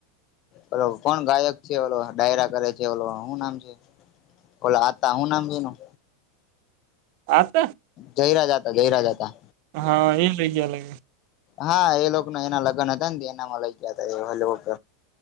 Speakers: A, on the left (about 40°); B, on the right (about 55°).
A: ઓલો કોણ ગાયક છે, ઓલો ડાયરા કરે છે, ઓલો શું નામ છે.? બોલો આતા હું નામ છે, એનું?
B: આ તો,
A: જયરાજા હતા, જયરાજા હતા.
B: હા એ લઇ ગયા છે.
A: હા એ લોકો ના એના લગ્ન હતા, ને એનામાં લઈ ગયા હતા, ઓલી હ